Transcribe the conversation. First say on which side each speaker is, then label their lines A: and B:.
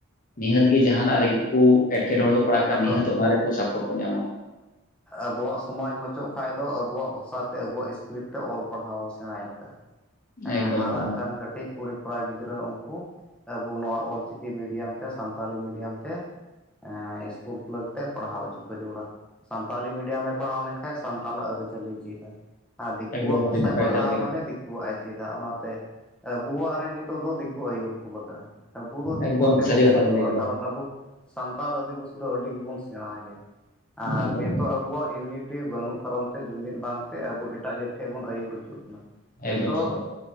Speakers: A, on the left (about 40°); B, in the centre.
A: ᱱᱤᱦᱟᱹᱛ ᱜᱮ ᱡᱟᱦᱟᱸᱱᱟᱜ ᱨᱮᱜᱮ ᱠᱚ ᱮᱴᱠᱮᱴᱚᱬᱮ ᱠᱚ ᱯᱟᱲᱟᱜ ᱠᱟᱱ
B: ᱟᱫᱚ
A: ᱱᱤᱦᱟᱹᱛ ᱚᱱᱟ ᱨᱮᱠᱚ ᱥᱟᱯᱳᱨᱴ ᱠᱚ ᱧᱟᱢᱟ ᱾
B: ᱟᱵᱩᱣᱟᱜ ᱥᱚᱢᱟᱡ ᱢᱟᱪᱚᱜ ᱠᱷᱟᱱᱡ ᱫᱚ ᱟᱵᱩᱣᱟᱜ ᱵᱷᱟᱥᱟᱛᱮ ᱟᱵᱩᱣᱟᱜ ᱥᱤᱥᱠᱨᱤᱯᱴ ᱛᱮ ᱚᱞ ᱯᱟᱲᱦᱟᱣ ᱥᱮᱬᱟᱭ ᱞᱮᱠᱷᱟᱡ ᱦᱮᱸ
A: ᱮᱠᱫᱚᱢ
B: ᱦᱟᱨᱟᱜ
A: ᱮᱠᱫᱚᱢ
B: ᱠᱟᱱ ᱠᱟᱹᱴᱤᱡ ᱠᱩᱲᱤ ᱠᱚᱲᱟ ᱜᱤᱫᱽᱨᱟᱹ ᱩᱱᱠᱩ ᱟᱵᱚ ᱱᱚᱣᱟ ᱚᱞᱪᱤᱠᱤ ᱢᱤᱰᱤᱭᱟᱢ ᱛᱮ ᱥᱟᱱᱛᱟᱞᱤ ᱢᱤᱰᱤᱭᱟᱢ ᱛᱮ ᱮᱸ ᱤᱥᱠᱩᱞ ᱠᱷᱩᱞᱟᱹᱣ ᱠᱟᱛᱮᱜ ᱯᱟᱲᱦᱟᱣ ᱦᱚᱪᱚ ᱠᱚ ᱡᱟᱹᱲᱩᱲᱟ᱾ ᱥᱟᱱᱛᱟᱞᱤ ᱢᱤᱰᱤᱭᱟᱢᱮ ᱯᱟᱲᱦᱟᱣ ᱞᱮᱱᱠᱷᱟᱱᱡ ᱥᱟᱱᱛᱟᱞᱟᱜ ᱟᱹᱨᱤᱪᱟᱹᱞᱤ ᱪᱮᱫᱟ᱾ ᱟ ᱫᱤᱠᱩᱣᱟᱜ
A: ᱮᱠᱫᱚᱢ
B: ᱵᱷᱟᱥᱟᱭ
A: ᱟᱹᱰᱤ ᱱᱟᱯᱟᱭ
B: ᱯᱟᱲᱦᱟᱜᱼᱟ
A: ᱠᱟᱛᱷᱟ ᱵᱮᱱ ᱞᱟᱹᱭ
B: ᱢᱟᱱᱮ
A: ᱠᱮᱫᱟ
B: ᱫᱤ ᱠᱩᱣᱟᱜ ᱮ ᱪᱮᱫᱟ ᱚᱱᱟᱛᱮ ᱟᱵᱚᱣᱟᱜ ᱨᱮ ᱱᱤᱛᱚᱜ ᱫᱚ ᱫᱤᱠᱩ ᱟᱹᱭᱩᱨ ᱠᱚ ᱞᱟᱜᱟᱜᱼᱟ ᱟᱵᱚ ᱫᱚ ᱫᱤᱠᱩᱣᱟᱜ
A: ᱮᱠᱫᱚᱢ
B: ᱛᱮ ᱵᱟᱵᱚᱱ
A: ᱥᱟᱹᱨᱤ ᱠᱟᱛᱷᱟ
B: ᱟᱹᱭᱩᱨᱚᱜᱼᱟ
A: ᱵᱮᱱ ᱞᱟᱹᱭ ᱠᱮᱫᱟ
B: ᱠᱟᱨᱚᱱ ᱟᱵᱚ ᱥᱟᱱᱛᱟᱲ ᱟᱹᱫᱤᱵᱟᱹᱥᱤ ᱫᱚ ᱟᱹᱰᱤ ᱜᱮᱵᱚᱱ ᱥᱮᱬᱟ ᱜᱮᱭᱟ, ᱟᱨ
A: ᱮᱠᱫᱚᱢ
B: ᱱᱤᱛᱚᱜ ᱟᱵᱚᱣᱟᱜ ᱤᱭᱩᱱᱤᱴᱤ ᱵᱟᱹᱱᱩᱜ ᱠᱟᱨᱚᱱ ᱛᱮ ᱡᱩᱢᱤᱫ ᱵᱟᱝᱛᱮ ᱟᱵᱚ ᱮᱴᱟᱜ ᱡᱟᱹᱛ ᱴᱷᱮᱱ ᱵᱚᱱ ᱟᱹᱭᱩᱨ ᱚᱪᱩᱜ ᱠᱟᱱᱟ᱾ ᱱᱤᱛᱚᱜ
A: ᱮᱠᱫᱚᱢ ᱥᱟᱹᱨᱤ ᱠᱟᱛᱷᱟ